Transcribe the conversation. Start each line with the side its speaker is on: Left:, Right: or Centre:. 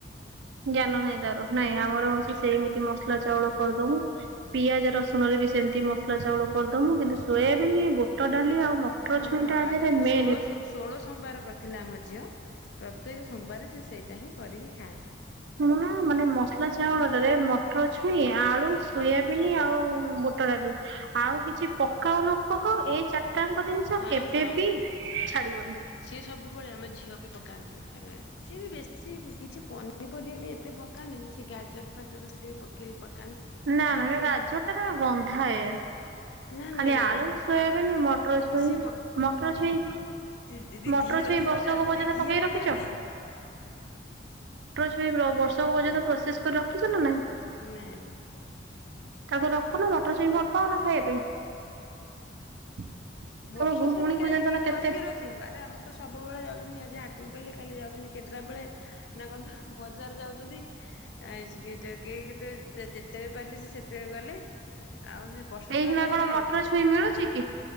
Right: ଜ୍ଞାନ ନାହିଁ ତାର ନାଇଁ ଆମର ହଉଛି ସେମିତି ମସଲା ଚାଉଳ କରିଦମୁ ପିଆଜ ରସୁଣରେ ବି ସେମିତି ମସଲା ଚାଉଳ କରିଦବୁ କିନ୍ତୁ ଶୋୟା ବିନି ବୁଟ ଡାଲି ଆଉ ମଟର
Left: ହଁ
Right: ଛୁଇଁ
Left: ହଁ
Right: ଟା
Left: ଆଜି
Right: ଦେହରେ
Left: ସେ
Right: ମେନ୍
Left: ଷୋଳ ଶୁ ଷୋଳ ସୋମବାର କରିଥିଲା ଆମ ଝିଅ। ପ୍ରତ୍ୟେକ ସୋମବାର ଶେ ଷ ସେଇଟା ହିଁ କରିକି ଖାଆନ୍ତି
Right: ଶୁଣୁନା ମାନେ ମସଲା ଚାଉଳ ଟାରେ ମଟର ଛୁଇଁ ଆଳୁ ସୋୟାବିିନ ଆଉ ବୁଟ ଡାଲି ଆଉ କିଛି ପକାଉ ନ ପକାଉ ଏଇ ଚାର ଚାରିଟାଙ୍କ ଜିନିଷ
Left: ହଁ
Right: କେବେ
Left: ହଁ
Right: ବି ଛାଡିବନି।
Left: ସିଏ ସବୁବେଳେ ଆମ ଝିଅ ବି ପକାନ୍ତି ତେମେ ସିଏ ବି ବେଶୀ କିଛି ପନି ପରିବା ବି ଏତେ ପକା କା ନି ନି ସେ ଗାଜର ଫାଜର ଥିଲେ। ପକେଇ ପ୍
Right: ନା ନା ସେ ଗାଜର ଟା ନା ଗନ୍ଧାୟ
Left: ନା
Right: ଖାଲି
Left: ନା
Right: ଆଳୁ
Left: ଗନ୍ଧାଏ।
Right: ସୋୟାବିନ ମଟର ଛୁଇଁ
Left: ସିଏ
Right: ମଟର ଛୁଇଁ
Left: ଦିଦି ଯଦି
Right: ମଟର
Left: ଘିଅ
Right: ଛୁଇଁ
Left: ଥିବ
Right: ବର୍ଷକ
Left: ତାପରେ
Right: ପର୍ଯ୍ୟନ୍ତ
Left: ଟିକେ ଘିଅ
Right: ପକେଇ
Left: ପକାନ୍ତିଁ।
Right: ରଖିଛ? ସେ ବର୍ଷକ ପର୍ଯ୍ୟନ୍ତ ପ୍ରୋସେସ କରି ରଖିଛ ନା ନାଇଁ
Left: ନାଇଁ ନାଇଁ
Right: ତାକୁ ରଖୁନ ମଟର ଛୁଇଁ ଭଲ ପାଉନା ଖାଇବା ପାଇଁ
Left: ବର୍ଷ
Right: ତମ ଭଉଣୀଙ୍କୁ
Left: ସାରା କାହିଁ
Right: ଜାଣିଛ ନା କେତେ
Left: କରିକି ରଖିବୁ ଆରେ ଆମ ତ ସବୁବେଳେ ଯାଉଛନ୍ତି ଆଜି ହାଟୁକୁ ଗଲେ କାଲି ଯାଉଛନ୍ତି କେତ୍ରା ବେଳେ ନା କହନ୍ତ ବଜାର ଯାଉଛନ୍ତି ଆଜି ଜାକି ଯେତେ ଯେତେ ବେଳେ ପାରିଲେ ସେ ଯେତେବେଳେ ଗଲେ ଆଉ ସେ ବର୍ଷ
Right: ଏଇ
Left: ସାରା
Right: ହନା
Left: ପାଇଁ
Right: କଣ
Left: କାହିଁ
Right: ମଟର
Left: ରଖିବୁ
Right: ଛୁଇଁ ମିଳୁଚ କି?